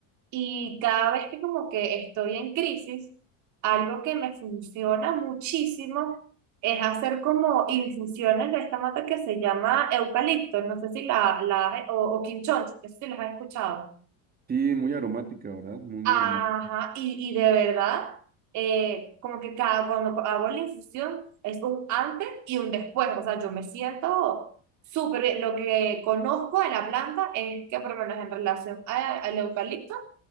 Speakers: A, on the right; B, on the right.
A: Y cada vez que como que estoy en crisis, algo que me funciona muchísimo es hacer como infusiones de esta mata que se llama eucalipto. No sé si la, la o, o quinchón, no sé si las has escuchado.
B: Sí, muy aromática, ¿verdad? Muy,
A: Ajá,
B: muy aromática.
A: y, y de verdad, eh, como que cada, cuando hago la infusión es un antes y un después, o sea, yo me siento súper bien. Lo que conozco de la planta es que, por lo menos en relación a- al eucalipto,